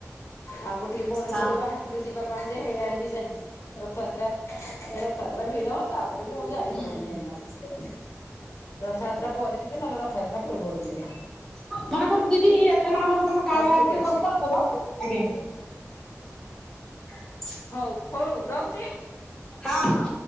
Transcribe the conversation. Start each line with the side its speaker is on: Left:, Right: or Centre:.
Left: ଆଉ ଗୋଟିଏ ବଡ
Centre: ହଁ
Left: ଦେଉଳ ବାହାର ଥିଲୁ ଯିବା ପାଇଁ ଯେ ହେଇଆଡେ ବି ଯା ରଥଯାତ୍ରା ଏ ରଥଯାତ୍ରା ଭିଡ ତାପରେ ବି ଆଉ
Centre: ହୁଁ।
Left: ଯାଇ ହବନି ଏଇନା ଆଉ ରଥଯାତ୍ରା ପରେ ଯିବି ନହେଲେ ରଥଯାତ୍ରା ପୂର୍ବରୁ ଯିବି।
Centre: ହଉ ମନେ କର ଦିଦି ଏଥେ ମନେକର ତମ
Left: ହଉ
Centre: କାଳିଆ
Left: ଠିକ୍
Centre: ଉପରେ
Left: ଅଛି
Centre: <unintelligible> ଥବ ଆଜ୍ଞା ଆଜ୍ଞା। ହ।
Left: ହଉ ହଉ ରହୁଛି।
Centre: ହଁ ହଁ।